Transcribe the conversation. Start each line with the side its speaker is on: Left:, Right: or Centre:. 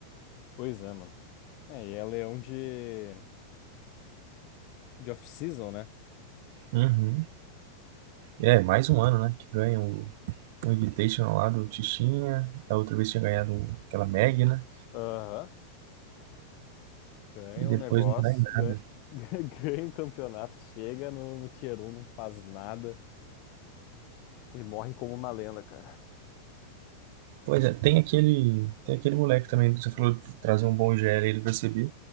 Left: Pois é, mano. É, e é leão de, de off-season, né?
Right: Uhum. É, mais um ano, né? Que ganha o, o Invitational lá do Tichinha. Da outra vez tinha ganhado aquela Meg, né?
Left: Aham. Ganha
Right: E depois
Left: um negócio,
Right: não dá em
Left: ganha,
Right: nada.
Left: <laughs> ganha um campeonato, chega no, no Tier um não faz nada e morre como uma lenda, cara.
Right: Pois é, tem aquele, tem aquele moleque também, você falou de trazer um bom IGL aí do PCB.